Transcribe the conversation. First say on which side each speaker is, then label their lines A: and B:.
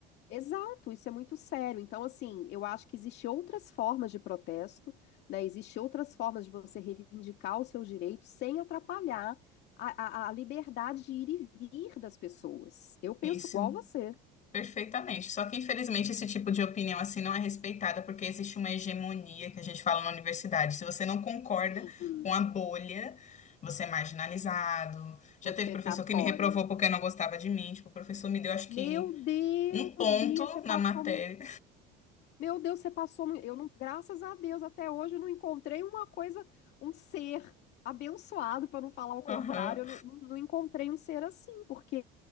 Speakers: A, on the left; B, on the left.
A: Exato, isso é muito sério. Então, assim, eu acho que existem outras formas de protesto, né? Existem outras formas de você reivindicar os seus direitos sem atrapalhar a, a a liberdade de ir e vir das pessoas. Eu penso
B: Isso,
A: igual você.
B: perfeitamente. Só que, infelizmente, esse tipo de opinião assim não é respeitada porque existe uma hegemonia que a gente fala na universidade. Se você não concorda
A: Sim.
B: com a bolha, você é marginalizado. Já
A: Você
B: teve professor
A: tá fora.
B: que me reprovou porque não gostava de mim. Tipo, o professor me deu, acho
A: Meu
B: que,
A: Deus,
B: um ponto
A: Bia, você
B: na
A: passou.
B: matéria.
A: mu- Meu Deus, você passou. mu- Eu não, graças a Deus, até hoje eu não encontrei uma coisa, um ser abençoado, para não falar o
B: <laughs>
A: contrário.
B: Aham.
A: Eu não, não encontrei um ser assim, porque,